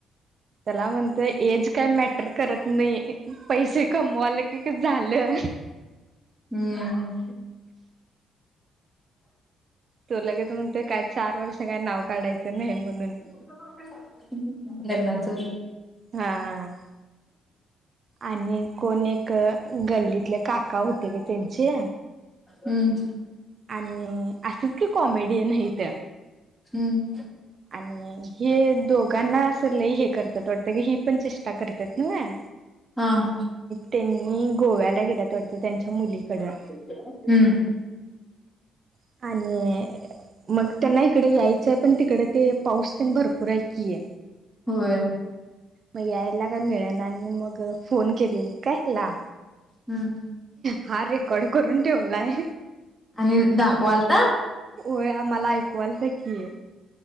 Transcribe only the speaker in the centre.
हम्म.
<unintelligible> लग्नाचं.
हम्म.
हम्म.
हां.
हम्म.
होय.
हम्म.
आणि दाखवलता